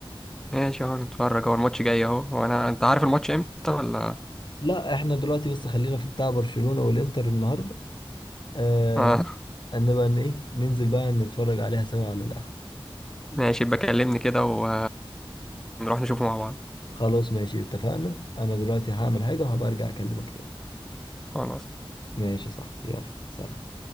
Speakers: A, in the centre; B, on the left (about 55°).
A: ماشي اهو نتفرج هو الماتش جاي اهو هو انا انت عارف الماتش امتى ولا
B: لا احنا دلوقتي بس خلينا في بتاع برشلونة والانتر النهارده آه
A: اه
B: نبقى ان ايه ننزل بقى نتفرج عليها سوا على القهوة
A: ماشي يبقى كلمني كده و... ونروح نشوفه مع بعض
B: خلاص ماشي اتفقنا انا دلوقتي هعمل حاجة وهبقى ارجع اكلمك تاني
A: خلاص
B: ماشي يا صاحبي يلا سلام